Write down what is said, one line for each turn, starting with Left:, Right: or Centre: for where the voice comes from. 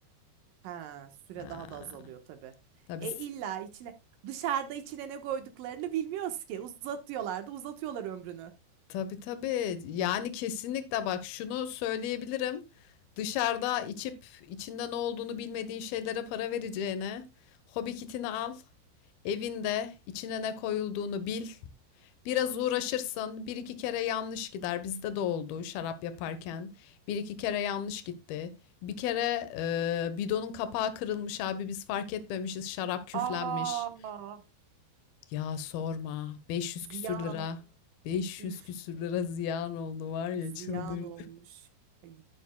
Right: Ha, süre
Left: Ha,
Right: daha da azalıyor tabi.
Left: tabii
Right: E illa içine dışarıda içine ne koyduklarını bilmiyoruz ki. Uzatıyorlar da uzatıyorlar ömrünü.
Left: Tabii tabii. Yani kesinlikle bak şunu söyleyebilirim. Dışarıda içip içinde ne olduğunu bilmediğin şeylere para vereceğine hobi kitini al. Evinde içine ne koyulduğunu bil. Biraz uğraşırsın. Bir iki kere yanlış gider. Bizde de oldu şarap yaparken. Bir iki kere yanlış gitti. Bir kere e, bidonun kapağı kırılmış abi biz fark etmemişiz şarap küflenmiş.
Right: Aa.
Left: Ya sorma. 500
Right: Ziyan.
Left: küsür lira. 500
Right: Üf,
Left: küsür lira ziyan oldu var ya
Right: ziyan
Left: çıldırdı.
Right: olmuş. Ay,